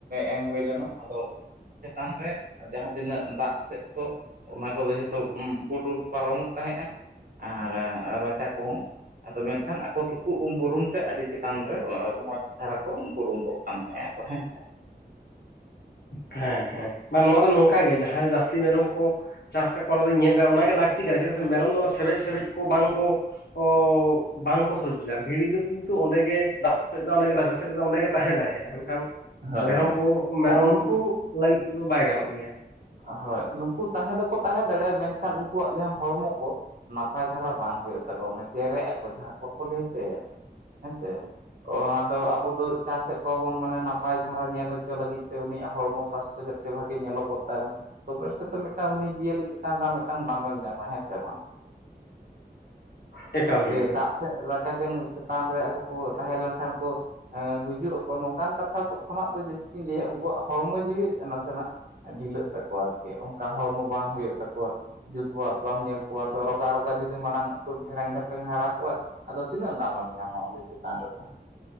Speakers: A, on the right (about 60°); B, on the left (about 75°).
A: ᱮᱢ ᱦᱩᱭ ᱞᱮᱱᱟ, ᱟᱫᱚ ᱪᱮᱛᱟᱱ ᱨᱮ ᱡᱟᱦᱟᱸ ᱛᱤᱱᱟᱹᱜ ᱫᱟᱜ ᱥᱮᱜ ᱠᱚ ᱚᱱᱟ ᱠᱚᱫᱚ ᱡᱷᱚᱛᱚ ᱵᱩᱰᱩᱨ ᱯᱟᱨᱚᱢᱚᱜ ᱛᱟᱦᱮᱸᱜᱼᱟ, ᱟᱨ ᱨᱟᱪᱟ ᱠᱚᱦᱚᱸ ᱟᱫᱚ ᱢᱮᱱᱠᱷᱟᱱ ᱟᱠᱚ ᱫᱚᱠᱚ ᱩᱢ ᱵᱩᱨᱩᱢ ᱛᱮ ᱟᱹᱰᱤ ᱪᱮᱛᱟᱱ ᱨᱮ ᱢᱚᱸᱡ ᱫᱷᱟᱨᱟ ᱠᱚ ᱵᱩᱨᱩᱢ ᱠᱚᱜ ᱠᱟᱱ ᱛᱟᱦᱮᱸ ᱟᱠᱚ ᱦᱮᱸᱥᱮ᱾
B: ᱦᱮᱸ ᱦᱮᱸ ᱵᱟ ᱱᱚᱣᱟ ᱫᱚ ᱱᱚᱝᱠᱟ ᱜᱮ ᱡᱟᱦᱟᱸᱭ ᱡᱟᱹᱥᱛᱤ ᱢᱮᱨᱚᱢ ᱠᱚ ᱪᱟᱥ ᱠᱟᱜ ᱠᱚᱣᱟ ᱚᱱᱟ ᱫᱚᱧ ᱧᱮᱞ ᱠᱟᱜ ᱚᱱᱟᱜᱮᱟᱹᱠᱛᱤ ᱠᱟᱱᱟ ᱪᱮᱫᱟᱜ ᱥᱮ ᱢᱮᱨᱚᱢ ᱫᱚ ᱚᱱᱟ ᱥᱮᱵᱮᱡ ᱥᱮᱵᱮᱡ ᱠᱚ ᱵᱟᱝ ᱠᱚ ᱚ ᱵᱟᱝᱠᱚ ᱥᱚᱡᱡᱚᱭᱟ ᱵᱷᱤᱲᱤ ᱫᱚ ᱠᱤᱱᱛᱩ ᱚᱸᱰᱮ ᱜᱮ ᱫᱟᱜ ᱥᱮᱫ ᱫᱟ ᱚᱸᱰᱮ ᱜᱮ ᱨᱟᱪᱟ ᱥᱮᱫ ᱫᱟ ᱚᱸᱰᱮᱜᱮ ᱛᱟᱦᱮᱸ ᱫᱟᱲᱮᱭᱟᱜᱼᱟ, ᱢᱮᱱᱠᱷᱟᱱ
A: ᱦᱳᱭ
B: ᱢᱮᱨᱚᱢ ᱠᱚ ᱢᱮᱨᱚᱢ
A: ᱟᱨ ᱱᱩᱝᱠᱩ
B: ᱞᱟᱹᱜᱤᱫ ᱛᱮᱫᱚ ᱵᱟᱭ ᱜᱟᱱᱚᱜ ᱜᱮᱭᱟ᱾
A: ᱦᱳᱭ ᱱᱩᱠᱩ ᱛᱟᱦᱮᱸ ᱫᱚᱠᱚ ᱛᱟᱦᱮᱸ ᱫᱟᱲᱮᱭᱟᱜᱼᱟ, ᱢᱮᱱᱠᱷᱟᱱ ᱩᱱᱠᱩᱣᱟᱜ ᱡᱟᱦᱟᱸ ᱦᱚᱲᱢᱚ ᱠᱚ ᱱᱟᱯᱟᱭ ᱫᱷᱟᱨᱟ ᱵᱟᱝ ᱦᱩᱭᱩᱜ ᱛᱟᱠᱚᱣᱟ ᱢᱟᱱᱮ ᱡᱮᱨᱮᱜ ᱟᱠᱚ ᱡᱟᱦᱟᱸ ᱠᱚ ᱵᱟᱠᱚ ᱞᱮᱭᱟ ᱡᱮ ᱦᱮᱸᱥᱮ᱾ ᱚ ᱟᱫᱚ ᱟᱵᱚ ᱫᱚ ᱪᱟᱥᱮᱫ ᱠᱚᱣᱟ ᱵᱚᱱ ᱢᱟᱱᱮ ᱱᱟᱯᱟᱭ ᱫᱷᱟᱨᱟ ᱧᱮᱞ ᱦᱚᱪᱚ ᱞᱟᱹᱜᱤᱫ ᱛᱮ ᱩᱱᱤᱭᱟᱜ ᱦᱚᱲᱢᱚ ᱥᱟᱥᱥᱛᱚ ᱡᱟ ᱛᱮ ᱵᱷᱟᱜᱮ ᱧᱮᱞᱚᱜ ᱠᱚᱜ ᱛᱟᱭᱢᱟ ᱛᱚᱵᱮ ᱥᱮᱫᱚ ᱢᱤᱫᱴᱟᱝ ᱩᱱᱤ ᱡᱤᱭᱟᱹᱞᱤ ᱪᱮᱛᱟᱱ ᱨᱮ ᱢᱤᱫᱴᱟᱝ ᱫᱟᱢᱮᱢ ᱧᱟᱢᱟ ᱦᱮᱸᱥᱮ ᱵᱟᱝ?
B: ᱮᱠᱟᱞ
A: ᱡᱮ
B: ᱜᱮ
A: ᱫᱟᱜ ᱥᱮᱜ ᱨᱟᱪᱟ ᱡᱚᱝ ᱪᱮᱛᱟᱱ ᱨᱮ ᱟᱠᱚ ᱠᱚ ᱛᱟᱦᱮᱸ ᱞᱮᱱᱠᱷᱟᱱ ᱠᱚ ᱮᱸ ᱜᱩᱡᱩᱜ ᱟᱠᱚ ᱱᱚᱝᱠᱟᱱ ᱠᱟᱛᱷᱟ ᱠᱷᱚᱱᱟᱜ ᱫᱚ ᱡᱟᱹᱥᱛᱤᱧ ᱞᱟᱹᱭᱟ ᱩᱱᱠᱩᱣᱟᱜ ᱦᱚᱲᱢᱚ ᱡᱤᱣᱤ ᱱᱟᱥᱮᱱᱟᱜ ᱰᱷᱤᱞᱟᱹᱜ ᱛᱟᱠᱚᱣᱟ ᱟᱨᱠᱤ, ᱚᱝᱠᱟ ᱦᱚᱲᱢᱚ ᱵᱟᱝ ᱦᱩᱭᱩᱜ ᱛᱟᱠᱚᱣᱟ᱾ ᱡᱩᱛ ᱵᱚᱨᱟᱛ ᱵᱟᱢ ᱧᱮᱞ ᱠᱚᱣᱟ ᱫᱚ ᱨᱚᱜᱟ ᱨᱚᱜᱟ ᱡᱩᱫᱤ ᱢᱟᱲᱟᱝ ᱩᱛᱟᱹᱨ ᱰᱷᱮᱲᱮᱝ ᱰᱷᱮᱯᱮᱝ ᱦᱟᱨᱟ ᱠᱚᱣᱟ ᱟᱫᱚ ᱛᱤᱱᱟᱹᱜ ᱫᱟᱢᱮᱢ ᱧᱟᱢᱟ ᱩᱱᱤ ᱪᱮᱛᱟᱱ ᱨᱮᱫᱚ?